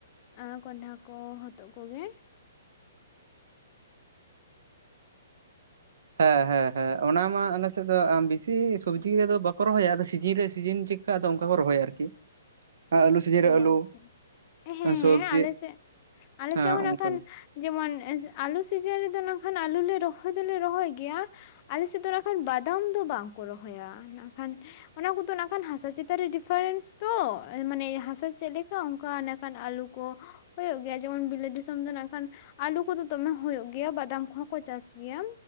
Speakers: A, on the left; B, on the right.
A: ᱟᱨ ᱠᱚᱱᱰᱷᱟ ᱠᱚ ᱦᱚᱛᱚᱜ ᱠᱚᱜᱮ
B: ᱦᱮᱸ ᱦᱮᱸ ᱦᱮᱸ ᱚᱱᱟ ᱢᱟ ᱟᱞᱮᱥᱮᱫ ᱫᱚ ᱵᱤᱥᱤ ᱥᱚᱵᱽᱡᱤ ᱠᱚᱫᱚ ᱵᱟᱠᱚ ᱨᱚᱦᱚᱭᱟ ᱟᱫᱚ ᱥᱤᱡᱤᱱ ᱨᱮ ᱥᱤᱡᱤᱱ ᱪᱮᱫ ᱟᱫᱚ ᱚᱱᱠᱟ ᱠᱚ ᱨᱚᱦᱚᱭᱟ ᱟᱨᱠᱤ ᱟᱹᱞᱩ ᱥᱤᱡᱤᱱ ᱨᱮ ᱟᱹᱞᱩ
A: ᱟᱪᱪᱷᱟ ᱦᱮᱸ
B: ᱥᱚᱵᱽᱡᱤ
A: ᱦᱮᱸ ᱟᱞᱮ ᱥᱮᱫ ᱟᱞᱮ
B: ᱦᱮᱸ
A: ᱥᱮᱫ ᱦᱚᱸ
B: ᱚᱱᱠᱟ
A: ᱱᱟᱜ ᱠᱷᱟᱱ
B: ᱜᱮ
A: ᱡᱮᱢᱚᱱ ᱟᱞᱩ ᱥᱤᱡᱤᱱ ᱨᱮᱫᱚ ᱱᱟᱜᱠᱷᱟᱱ ᱟᱹᱞᱩ ᱞᱮ ᱨᱚᱦᱚᱭ ᱫᱚᱞᱮ ᱨᱚᱦᱚᱭ ᱜᱮᱭᱟ ᱟᱞᱮ ᱥᱮᱫ ᱫᱚ ᱱᱟᱜ ᱠᱷᱟᱱ ᱵᱟᱫᱟᱢ ᱫᱚ ᱵᱟᱝ ᱠᱚ ᱨᱚᱦᱚᱭᱟ ᱱᱟᱜ ᱠᱷᱟᱱ ᱚᱱᱟ ᱠᱚᱫᱚ ᱱᱟᱜ ᱠᱷᱟᱱ ᱦᱟᱥᱟ ᱪᱮᱛᱟᱱ ᱨᱮ ᱰᱤᱯᱷᱟᱨᱮᱱᱥ ᱛᱚ ᱢᱟᱱᱮ ᱦᱟᱥᱟ ᱪᱮᱫ ᱞᱮᱠᱟ ᱚᱱᱠᱟ ᱱᱟᱜ ᱠᱷᱟᱱ ᱟᱞᱩ ᱠᱚ ᱦᱩᱭᱩᱜ ᱜᱮᱭᱟ ᱡᱮᱢᱚᱱ ᱵᱤᱞᱟᱹᱛ ᱫᱤᱥᱚᱢ ᱫᱚ ᱱᱟᱜ ᱠᱷᱟᱱ ᱟᱞᱩ ᱠᱚᱫᱚ ᱫᱚᱢᱮ ᱦᱩᱭᱩᱜ ᱜᱮᱭᱟ ᱵᱟᱫᱟᱢ ᱠᱚᱦᱚᱸ ᱠᱚ ᱪᱟᱥ ᱜᱮᱭᱟ